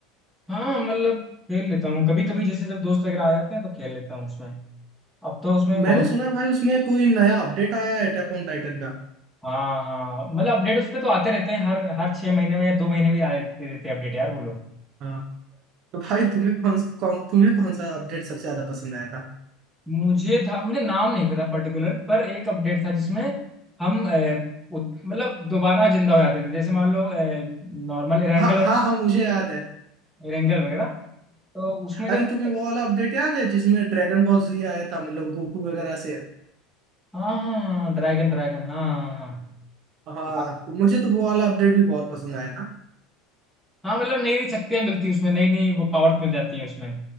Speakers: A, in the centre; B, on the right.
A: हाँ मतलब खेल लेता हूँ कभी कभी जैसे जब दोस्त वगैरह आ जाते हैं तो खेल लेता हूँ उसमें अब तो उसमें
B: मैंने
A: बहुत
B: सुना है भाई उसमें कोई नया अपडेट आया है अटैक ऑन टाइटन का
A: हाँ हाँ मतलब अपडेट उसमें तो आते रहते हैं हर हर छह महीने में या दो महीने में आ दे देते हैं अपडेट यार वो लोग
B: हाँ तो भाई तुम्हें कौन कौन तुम्हें कौन सा अपडेट सबसे ज्यादा पसंद आया
A: मुझे था मुझे नाम नहीं पता पर्टिकुलर पर एक अपडेट था जिसमें हम अ, उत- मतलब दोबारा जिंदा हो जाते थे जैसे मान लो नॉर्मल इरेंगल
B: हाँ हाँ हाँ मुझे याद है
A: इरेंगल वगैरह तो उसमें
B: अरे
A: जो हम
B: तुम्हें वो वाला अपडेट याद है जिसमें ड्रैगन बॉल जी आया था मतलब गोकू वगैरह से
A: हाँ हाँ ड्रैगन ड्रैगन हाँ ड्रैगन,
B: हाँ
A: हाँ हाँ
B: मुझे तो वो वाला अपडेट भी बहुत पसंद आया था
A: हाँ, मतलब नई नई शक्तियां मिलती है उसमें नई नई वो पावर्स मिल जाती हैं उसमें